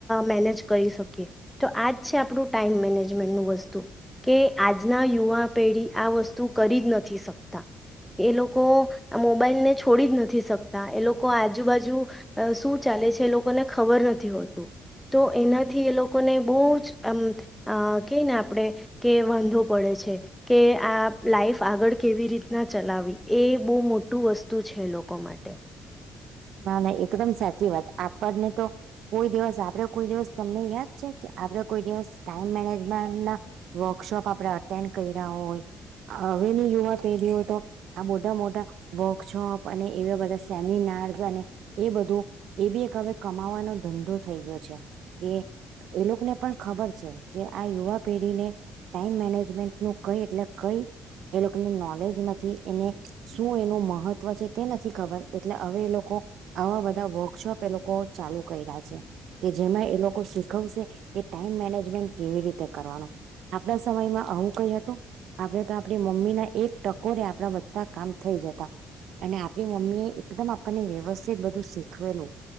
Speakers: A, in the centre; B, on the right.
A: મેનેજ કરી શકીએ તો આજ છે આપડુ ટાઈમ મેનેજમેન્ટનું વસ્તુ કે આજના યુવા પેઢી આ વસ્તુ કરી જ નથી શકતા એ લોકો આ મોબાઈલને છોડી જ નથી શકતા એ લોકો આજુબાજુ અ શું ચાલે છે એ લોકોને ખબર નથી હોતું તો એનાથી એ લોકોને બહુ જ આમ અ કેય ને આપડે કે વાંધો પડે છે કે આ લાાઈફ આગળ કેવી રીતના ચલાવી એ બહુ મોટું વસ્તુ છે લોકો માટે
B: ના ના એકદમ સાચી વાત આપણને તો કોઈ દિવસ આપડે કોઈ દિવસ તમને યાદ છે કે આપડે કોઈ દિવસ ટાઈમ મેનેજમેન્ટ ના વર્કશોપ આપડે અટેન્ડ કર રહ્યા હોય હવેની યુવા પેઢીઓ તો આ મોટા મોટા વર્કશોપ અને એવા બધા સેમિનાર એ બધું એ બી એક હવે કમાવાનો ધંધો થઈ ગયો છે એ એ લોકોને પણ ખબર છે કે આ યુવા પેઢીને ટાઈમ મેનેજમેન્ટ નું કઈ એટલે કઈ એ લોકોને નોલેજ નથી એને શું એનું મહત્વ છે તે નથી ખબર એટલે હવે એ લોકો આવા બધા વર્કશોપ એ લોકો ચાલુ કર રહ્યા છે કે જેમાં એ લોકો શીખવશે કે ટાઈમ મેનેજમેન્ટ કેવી રીતે કરવાનો આપણા સમયમાં હું કઈ હતું આપણેે તો આપણી મમ્મી ના એક ટકોરે આપણા બધા કામ થઈ જતા અને આપડી મમ્મી એ એકદમ આપણને વ્યવસ્થિત બધું શીખવેલું